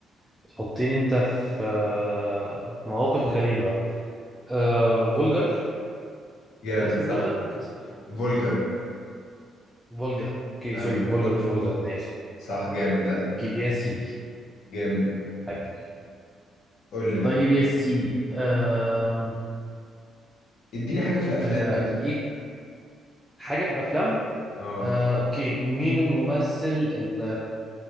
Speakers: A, in the centre; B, on the left.
A: بتحطيني انت في آه، في مواقف غريبة أه، فولجر
B: جامد
A: كان اسمه
B: صح
A: فولجر كان اسمه
B: فولجا
A: فولجا اوكي
B: أيوه
A: سوري فولجا مش فولجر انا اسف
B: صح جامد لا
A: اوكي يا سيدي
B: جامد
A: حبيبي
B: قول لي بقى
A: طيب يا سيدي أم،
B: اديني حاجة في الأفلام
A: أه،
B: كده
A: ايه حاجة في الافلام
B: اه
A: أه، اوكي مين الممثل اللي